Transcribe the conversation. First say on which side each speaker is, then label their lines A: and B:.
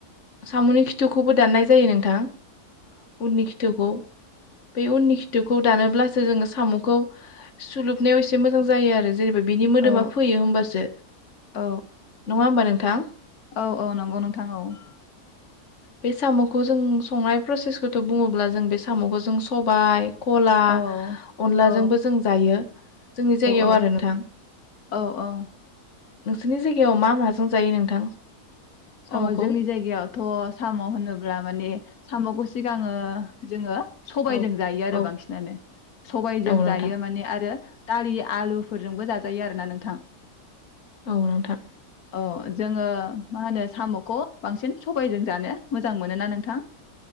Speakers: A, on the left; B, on the left.
A: साम'नि कि थुखौबो दान्नाय जायो नोंथां। उननि खिथुखौ बे उननि खिथुखौ दा नोब्लासो जोङो साम'खौ सुलोबनायाव एसे मोजां जायो आरो। जेनेबा बिनि मोदोमा
B: औ औ
A: फैयो होमबासो
B: औ
A: नङा होमबा नोंथां
B: औ औ औ नंगौ नोंथां औ। <inaudible>
A: बे साम'खौ जों संनाय प्रसेसखौथ' बुङोब्ला जों बे साम'खौ जों सबाय कला
B: औ
A: अनलाजोंबो
B: औ
A: जों जायो। जोंनि जायगायाव
B: औ
A: आरो नोंथां।
B: औ औ
A: नोंसोरनि जायगायाव मा मा जों जायो नोंथां साम'खौ
B: अ जोंनि जायगायावथ' साम' होनोब्ला माने साम'खौ सिगाङो जोङो सबायजों
A: औ
B: जायो आरो
A: औ
B: बांसिनानो। सबजों
A: औ नोंथां
B: जायो माने आरो दालि आलुफोरजोंबो जाजायो आरो ना नोंथां।
A: औ नोंथां।
B: औ जोङो मा होनो। साम'खौ बांसिन सबायजों जानो मोजां मोनोना नोंथां!